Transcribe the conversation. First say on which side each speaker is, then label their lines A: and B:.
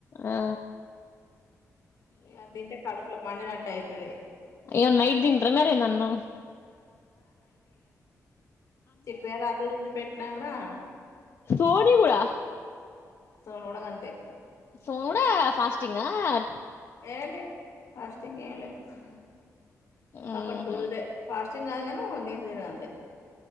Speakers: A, on the left; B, on the left.
A: ఆ ఆ
B: ఇగ అది తింటే కడుపులో మండినట్టు అయితది
A: అయో నైట్ దీంట్రా మరే నన్ను
B: చెప్పారా ఆత్ర నుంచి పెట్టినాడా
A: ఫోన్ ఇవుడా
B: సోనూగూడ గంతే
A: సో కూడా ఫస్టింగ్డ్
B: ఏలే ఫాస్టింగ్ ఏలే గా
A: ఊహు
B: ఒక టూల్ డే ఫాస్ట్ంగ్ కాదుగాను నీస్ తిన్ అంతే